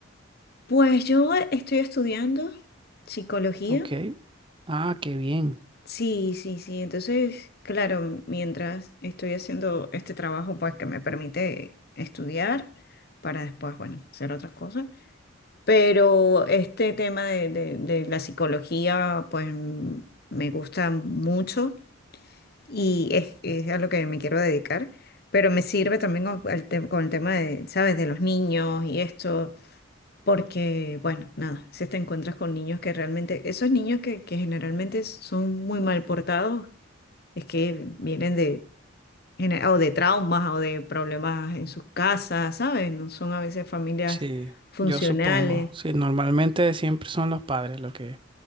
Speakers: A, on the left; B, on the right.
A: Pues yo estoy estudiando psicología.
B: Ok. Ah, qué bien.
A: Sí, sí, sí. Entonces, claro, mientras estoy haciendo este trabajo, pues que me permite estudiar para después, bueno, hacer otras cosas. Pero este tema de, de- de la psicología, pues mm, me gusta mucho y es, es a lo que me quiero dedicar. Pero me sirve también con, el tem- con el tema de, ¿sabes? De los niños y esto. Porque, bueno, nada, si te encuentras con niños que realmente, esos niños que, que generalmente son muy mal portados es que vienen de, gene- o de traumas o de problemas en sus casas, ¿sabes? No son a veces familias
B: Sí,
A: funcionales.
B: yo supongo. Sí, normalmente siempre son los padres lo que,